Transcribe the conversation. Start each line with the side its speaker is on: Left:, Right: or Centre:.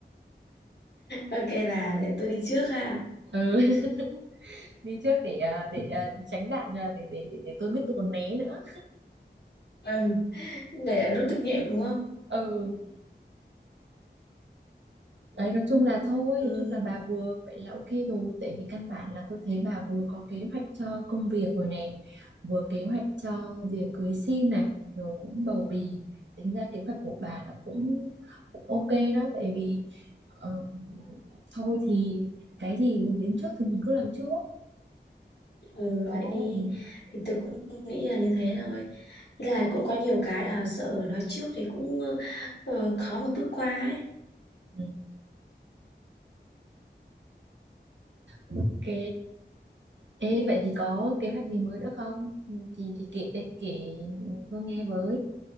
Left: Ok bà, để tôi đi trước ha.
Right: ừ <laughs> đi trước để à, để à, tránh đạn à, để, để để để tôi biết tôi còn né nữa
Left: Ừm, để rút kinh nghiệm đúng không?
Right: ừ đấy nói chung là thôi
Left: Ừ,
Right: nói chung là bà vừa vậy là ok rồi tại vì căn bản là tôi thấy bà vừa có kế hoạch cho công việc rồi này vừa kế hoạch cho việc cưới xin này rồi cũng bầu bì tính ra kế hoạch của bà là cũng cũng ok đó tại vì Ờ, thôi thì cái gì đến trước thì mình cứ làm trước
Left: ừ,
Right: đó
Left: vậy đi.
Right: ừ,
Left: Thì tôi cũng nghĩ là như thế rồi. Thế là cũng có nhiều cái là sợ nói trước thì cũng ờ, khó mà bước qua ấy.
Right: ừ, ok Ê,
Left: Ừ.
Right: vậy thì có kế hoạch gì mới nữa không Ừ, thì thì kể định kể tôi nghe với